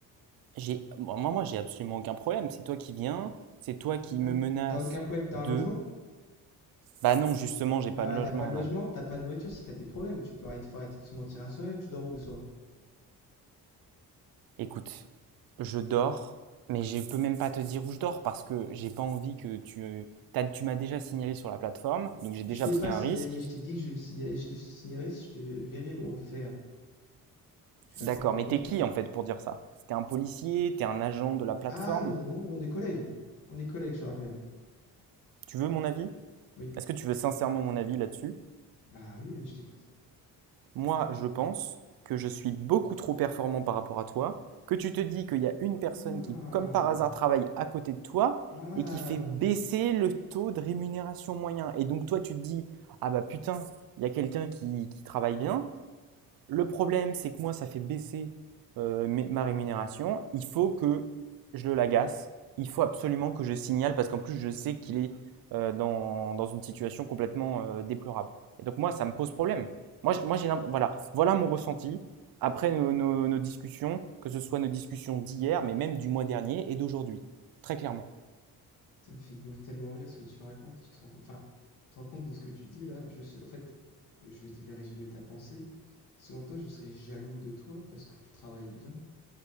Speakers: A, on the right (about 70°); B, on the left (about 60°).
A: j'ai, bon, moi, moi, j'ai absolument aucun problème. C'est toi qui viens, c'est toi qui
B: Ah,
A: me menace
B: t'as aucun problème, t'as
A: de.
B: un logement?
A: Bah non, justement, j'ai
B: T'as,
A: pas de logement,
B: t'as pas de logement,
A: non.
B: t'as pas de nourriture, si t'as des problèmes, tu peux arrêter, faut arrêter de se mentir à soi-même, tu dors où le soir?
A: Écoute, je dors, mais je peux même pas te dire où je dors parce que j'ai pas envie que tu. t'as- tu m'as déjà signalé sur la plateforme, donc j'ai
B: Je
A: déjà
B: t'ai
A: pris
B: pas
A: un
B: signalé,
A: risque.
B: je t'ai dit que je vais me signaler, je te signalerai si je te verrai le refaire. Tu l'as
A: D'accord,
B: pas encore
A: mais
B: refait.
A: t'es qui en fait pour dire ça T'es un policier, t'es un agent de la plateforme.
B: Ah non, non, on est collègues. On est collègues, je te rappelle.
A: Tu veux mon avis
B: Oui.
A: Est-ce que tu veux sincèrement mon avis là-dessus
B: Bah oui, oui, je t'écoute.
A: Moi, je pense que je suis beaucoup trop performant par rapport à toi, que tu te dis qu'il y a une personne
B: Ah,
A: qui, comme par hasard, travaille à côté de toi
B: ah
A: et qui fait
B: oui.
A: baisser le taux de rémunération moyen. Et donc toi, tu te dis, ah bah putain, il y a quelqu'un qui, qui travaille bien, le problème, c'est que moi, ça fait baisser euh, ma rémunération. Il faut que je le l'agace. Il faut absolument que je signale parce qu'en plus, je sais qu'il est euh, dans, dans une situation complètement euh, déplorable. Et donc, moi, ça me pose problème. Moi, j'- moi j'ai l'imp- voilà, voilà mon ressenti après nos, nos- nos discussions, que ce soit nos discussions d'hier, mais même du mois dernier et d'aujourd'hui, très clairement.
B: Ça me fait beau- tellement rire ce que tu racontes. Tu te rends, enfin, tu te rends compte de ce que tu dis là. Je se- en fait, je vais te faire résumer ta pensée. Selon toi, je serais jaloux de toi parce que tu travailles bien.